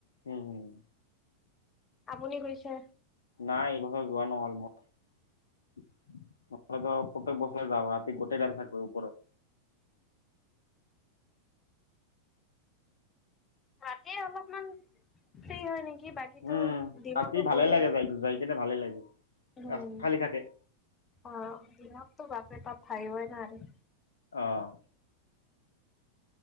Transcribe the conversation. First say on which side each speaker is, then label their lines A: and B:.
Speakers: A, on the left; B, on the left.
A: উম, উম।
B: আপুনি গৈছে?
A: নাই, এইবছৰ যোৱা নহ'ল মোৰ। <unintelligible> প্ৰত্যেক বছৰেই যাওঁ, ৰাতি গোটেই টাইম থাকিব ওপৰত।
B: ৰাতি অলপমান ফ্ৰী হয় নেকি বাকীতো
A: উম,
B: দিনতো
A: ৰাতি ভালে
B: বহুত
A: লাগে যাই, যাই কিনে ভালে লাগে।
B: উম
A: ৰাস্তা খালী থাকে।
B: অ', দিনতটো বাপৰে, তাত থাকিবই নোৱাৰি।
A: অহ।